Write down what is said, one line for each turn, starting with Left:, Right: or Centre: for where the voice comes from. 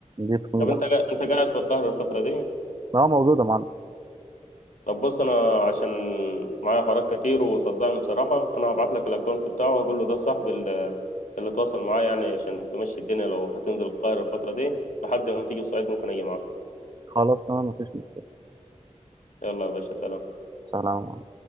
Right: دي تكون
Left: طب
Right: جامدة
Left: انت قا- انت قاعد في القاهره الفتره دي
Right: اه موجودة مع
Left: طب بص انا عشان معايا حوارات كتير وصدقني بصراحه انا هبعت لك الاكونت بتاعه هقول له ده صاحبي اللي تواصل معاه يعني عشان تمشي الدنيا لو هتنزل القاهرة الفترة دي لحد ما تيجي الصعيد ممكن أجي معاكم
Right: خلاص تمام مفيش مشكلة
Left: يلا يا باشا سلام
Right: سلام